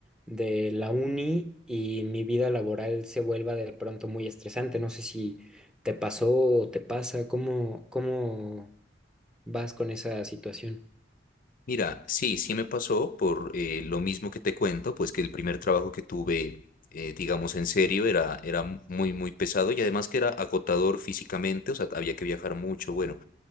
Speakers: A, in the centre; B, on the left.
A: de la uni y mi vida laboral se vuelva de pronto muy estresante. No sé si te pasó o te pasa, ¿cómo, cómo vas con esa situación?
B: Mira, sí, sí me pasó por eh, lo mismo que te cuento, pues que el primer trabajo que tuve, eh, digamos en serio, era, era muy, muy pesado y además que era agotador físicamente, o sea, había que viajar mucho, bueno.